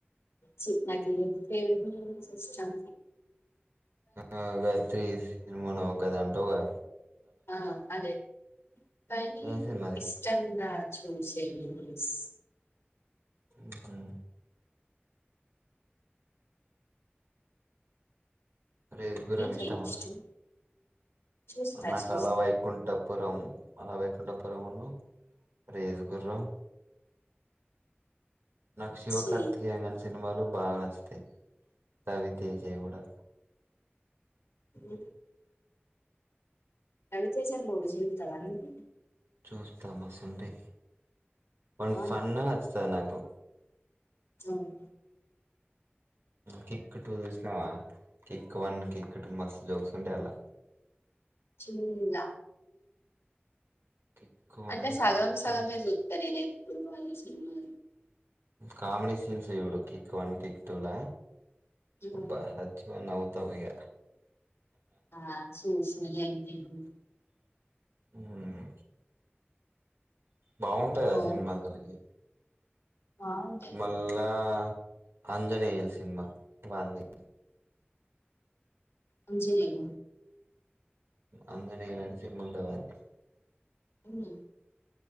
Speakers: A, on the left; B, on the right.
A: చెప్ నాకేది ఫేవ న్యూ మూవీసీష్టం
B: ఆహ్ గాయత్రీ సిన్మళో గది అంటవ్గా
A: ఆ అదే కాని
B: ఏం సినిమా అది
A: ఇష్టంగా చూసెది మూవీస్
B: ఉమ్మ్ రేసుగుర్రం
A: నీకేం
B: ఇష్టమా
A: ఇష్టం చూస్తా
B: నాకు
A: చూస్తా
B: అలా వైకుంఠపురం పురం అలావైకుంఠపురమును రేస్ గుర్రం నాకు శివ
A: చి
B: కార్తికేయ గాని సినిమాలు బాగా నచ్చాయి నచ్చుతాయి రవితేజ ఇ కూడా
A: ఉ రవితేజ మూవిస్ చూతవ నువ్వు
B: చూస్తా మస్తుంటాయి వని
A: బాగుంటది
B: ఫన్న్ నచ్చుతది నాకు
A: ఆహ్
B: కిక్ టూ చూసినావా కిక్ వన్ కిక్ టూ మస్త్ జోక్స్ ఉంటాయి అలా
A: చూల్ల
B: కిక్ వన్
A: అంటే సగం
B: కిక్
A: సగమే
B: టూ
A: చుత్త నేను ఎప్పుడు అని సినిమాలు
B: కామెడి సీన్స్ చుడు కిక్ వన్ కిక్ టూ లా
A: ఉమ్.
B: అబ్బా సచ్చిపోయ్ నవ్వుతవ్ ఇగ
A: ఆ చూసినలే ఇంకేముంది
B: ఉహ్ బాగుంటాంది ఆ
A: ఓ
B: సినిమా అసలకి
A: బాగుంటాయి
B: మళ్ళా అంజనేేయ్న్ సినిమా వాంది
A: అంజనేయ
B: అంజనేయని సినిమా ఉంటది వాంది
A: ఆహ్